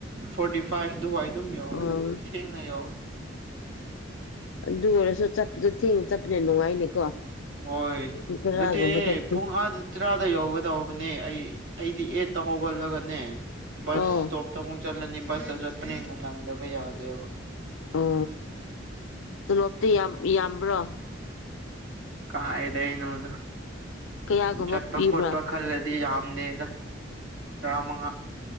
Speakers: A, on the right (about 65°); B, on the left (about 80°).
A: ꯐꯣꯔꯇꯤ ꯐꯥꯏꯚꯗꯨꯋꯥꯏ ꯑꯗꯨꯝ ꯌꯧꯋꯦꯗ
B: ꯑꯣ
A: ꯊꯦꯡꯅ ꯌꯧꯋꯦ
B: ꯑꯗꯨ ꯑꯣꯏꯔꯁꯨ ꯆꯠꯄꯗꯨ ꯊꯦꯡꯅ ꯆꯠꯄꯅꯦ ꯅꯨꯡꯉꯥꯏꯅꯤꯀꯣ
A: ꯍꯣꯏ
B: ꯄꯨꯡ ꯇꯔꯥꯒꯨꯝꯕ
A: ꯅꯠꯇꯦ
B: ꯆꯠꯄ
A: ꯄꯨꯡ ꯑꯥꯗ ꯇ꯭ꯔꯥꯗ ꯌꯧꯒꯗꯧꯕꯅꯦ ꯑꯩ ꯑꯩꯗꯤ ꯑꯦꯠꯇ ꯍꯧꯒꯠꯂꯒꯅꯦ ꯕꯁ
B: ꯑꯣ
A: ꯏꯁꯇꯣꯞ ꯇ ꯑꯃꯨꯛ ꯆꯠꯂꯅꯤ ꯕꯁꯇ ꯆꯠꯄꯅꯤꯅ ꯅꯪꯗꯕ ꯌꯥꯗꯦꯕ
B: ꯎ ꯑꯣꯂꯣꯞꯇꯤ ꯌꯥꯝ ꯌꯥꯝꯕ꯭ꯔꯣ
A: ꯀꯥꯏꯗꯩꯅꯣꯗ
B: ꯀꯌꯥꯒꯨꯝꯕ
A: ꯆꯠꯄ
B: ꯄꯤꯕ꯭ꯔꯥ
A: ꯈꯣꯠꯄ ꯈꯜꯂꯗꯤ ꯌꯥꯝꯗꯦꯗ ꯇꯔꯥ ꯃꯉꯥ